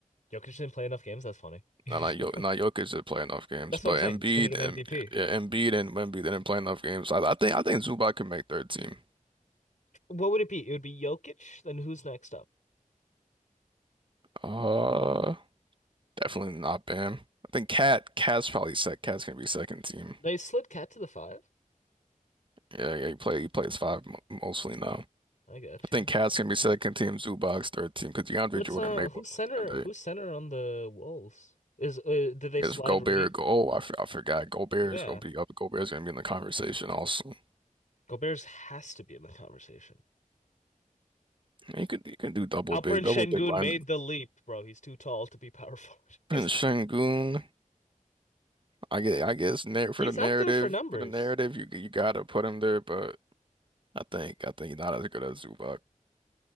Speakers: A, on the left; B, on the right.
A: Jokic didn't play enough games. That's funny. <laughs>
B: No, not Jokic.
A: That's
B: Not Jokic didn't play enough games,
A: what
B: but
A: I'm saying.
B: Embiid
A: He's gonna get
B: and
A: an MVP.
B: yeah, Embiid and Wemby didn't play enough games. I, I think I think Zubac can make third team.
A: What would it be? It would be Jokic. Then who's next up?
B: Uh, definitely not Bam. I think Cat Cat's probably sec. Cat's gonna be second team.
A: They slid Cat to the five.
B: Yeah, yeah, he play he plays five mo mostly now.
A: I got
B: I
A: you.
B: think Cat's gonna be second team, Zubac's third team because DeAndre
A: What's
B: Jordan
A: uh?
B: made
A: Who's
B: one
A: center?
B: back in the
A: Who's
B: day.
A: center on the Wolves? Is uh, did they
B: Because
A: slide
B: Gobert,
A: Rudy?
B: go, oh, I, f I forgot. Gobert
A: Yeah,
B: is gonna be up. Gobert's gonna be in the conversation also.
A: Gobert's has to be in the conversation.
B: you could you can do double
A: Alperen
B: big, double
A: Şengün
B: big line.
A: made the leap, bro. He's too tall to be power forward. <laughs> He's
B: And
A: too-
B: Şengün. I guess, I guess nar
A: he's
B: for the narrative,
A: up there for numbers.
B: for the narrative, you you gotta put him there, but I think I think he's not as good as Zubac